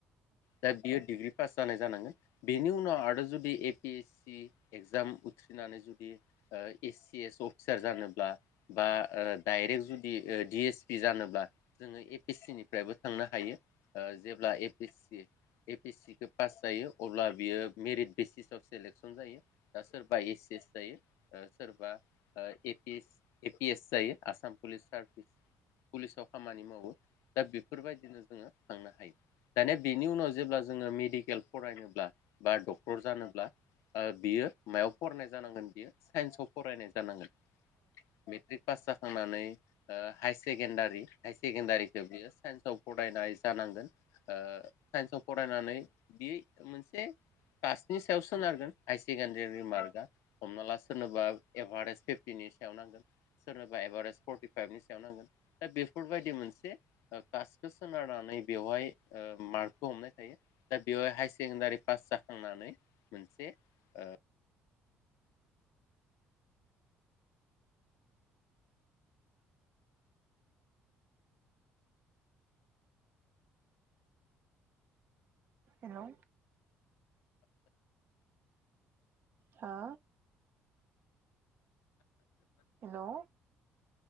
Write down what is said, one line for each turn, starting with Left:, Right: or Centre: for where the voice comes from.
Left: दा बिए डिग्रि पास जानाय जानांगोन बेनि उनाव आरो जुदि A P S C exam उथ्रिनानै जुदि ओ ए सि एस अफिसार जानो ब्ला बा ओ डाइरेक्ट जुदि डि एस पि जानोब्ला जोंङो ए पि सि निफ्रायबो थां नो हायो ओ जेब्ला A P C A P सिखौ पास जायो अब्ला बियो मेरिट बेसिसाव सेलेकसन जायो। दा सोरबा ए सि एस जायो ओ सोरबा ए पिस ए पि एस जायो आसाम पुलिस सारबिस पुलिसाव खामानि मावो। दा बेफोरबायदिनो जोंङो थांनो हायो दानिया बिनि उनाव जेब्ला जोंङो मेडिकेल फरायनोब्ला बा डक्टर जानोब्ला ओ बियो मायाव फरायनाय जानांगोन बियो साइन्सआव फरायनाय जानांगोन। मेट्रिक पास जाखांनानै हाय सेकेण्डारि हाय सेकेण्डारिखो बियो साइन्सआव फरायनाय जानांगोन ओ साइन्सआव फरायनानै बि मोनसे कास्टनि सायाव सोनारगोन हायार सेकेणडारिनि मार्कआ हमना ला सोरनोबा एभारेज फिफ्टिनि सायाव नांगोन सोरनोबा एभारेेज फर्टिफाइभनि सायाव नांगोन दा बेफोरबायदि मोनसे कास्ट सोनारनानै बेवहाय ओ मार्कखौ हमनाय थायो दा बेवहाय हायार सेकेण्डारि पास जाखांना नै मोनसे ओ
Right: हेलौ हा? हेलौ